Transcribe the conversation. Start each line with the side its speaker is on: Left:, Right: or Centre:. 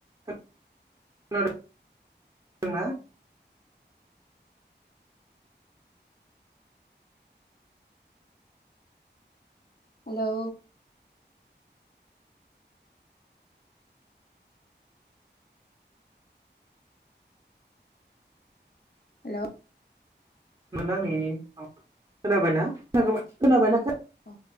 Right: <unintelligible> ना
Left: हेलौ हेल'
Right: आंनि खोनाबाय ना <unintelligible> खोनाबायना
Left: अ